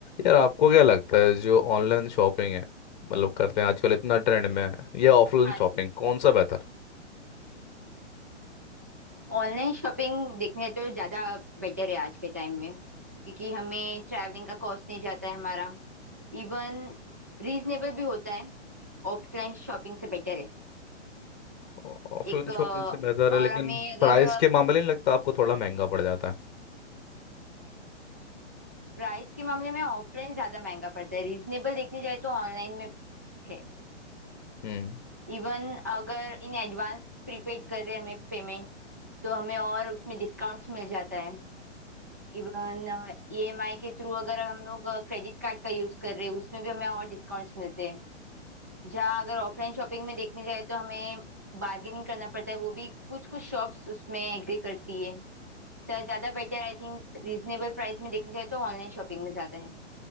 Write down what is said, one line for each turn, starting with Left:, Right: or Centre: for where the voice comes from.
Left: यार आपको क्या लगता है जो ऑनलाइन शॉपिंग है मतलब करते हैं आजकल इतना ट्रेंड में है या ऑफलाइन
Right: हाँ
Left: शॉपिंग
Right: जी
Left: कौन सा बेहतर
Right: Online shopping देखने तो ज़्यादा बेटर है आज के टाइम में क्योंकि हमें ट्रैवलिंग का कॉस्ट नहीं जाता है हमारा इवन रीजनेबल भी होता है ऑफलाइन शॉपिंग से बेटर है
Left: है ऑफलाइन
Right: एक अ,
Left: शॉपिंग से बेहतर है
Right: और
Left: लेकिन
Right: हमें अगर
Left: प्राइस के मामले नहीं लगता आपको थोड़ा महंगा पड़ जाता है
Right: प्राइस के मामले में ऑफलाइन ज़्यादा महंगा पड़ता है रीजनेबल देखने जाए तो ऑनलाइन में है
Left: हम्म
Right: इवन अगर इन एडवांस प्रीपेड कर रहे हैं हमें पेमेंट तो हमें और उसमें डिस्काउंट्स मिल जाता है इवन ईएमआई के थ्रू अगर हम लोग क्रेडिट कार्ड का यूज कर रहे हैं उसमें भी हमें और डिस्काउंट्स मिलते हैं जहाँ अगर ऑफलाइन शॉपिंग में देखने जाए तो हमें बार्गेनिंग करना पड़ता है वो भी कुछ कुछ शॉप्स उसमें एग्री करती है सर ज्यादा better I think reasonable price में देखने जाए तो ऑनलाइन शॉपिंग में ज्यादा है